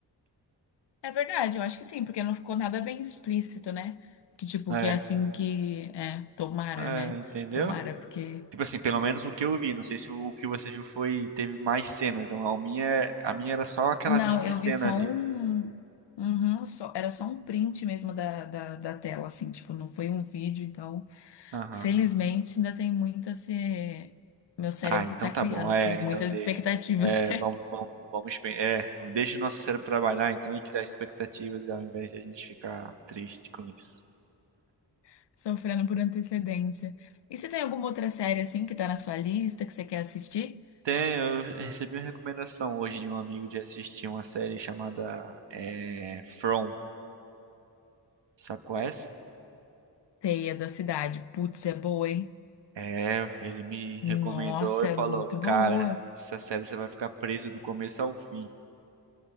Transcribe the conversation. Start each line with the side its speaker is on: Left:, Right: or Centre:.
Left: É verdade, eu acho que sim, porque não ficou nada bem explícito, né? Que tipo,
Right: É,
Left: que é assim que. É, tomara,
Right: é,
Left: né?
Right: entendeu?
Left: Tomara, porque.
Right: Tipo assim, pelo menos o que eu vi, não sei se o que você viu foi, teve mais cenas. A minha, a minha era só aquela
Left: Não,
Right: mini
Left: eu
Right: cena
Left: vi só
Right: ali.
Left: um. Uhum, só- era só um print mesmo da, da, da tela, assim, tipo, não foi um vídeo, então,
Right: Aham.
Left: felizmente ainda tem muito a ser. Meu cérebro
Right: Ah, então
Left: tá
Right: tá
Left: criando
Right: bom. É,
Left: aqui muitas
Right: então deixa.
Left: expectativas,
Right: É, vamos, vamos, vamos, pe- é, deixa o nosso cérebro trabalhar então e criar expectativas ao invés de a gente ficar triste com isso.
Left: <laughs> sofrendo por antecedência. E você tem alguma outra série, assim, que tá na sua lista, que você quer assistir?
Right: Tem, eu recebi uma recomendação hoje de um amigo de assistir uma série chamada é, From. Sabe qual é essa?
Left: Teia da Cidade. Putz, é boa, hein?
Right: É, ele me recomendou
Left: Nossa,
Right: e
Left: é
Right: falou,
Left: muito boa.
Right: cara, essa série você vai ficar preso do começo ao fim.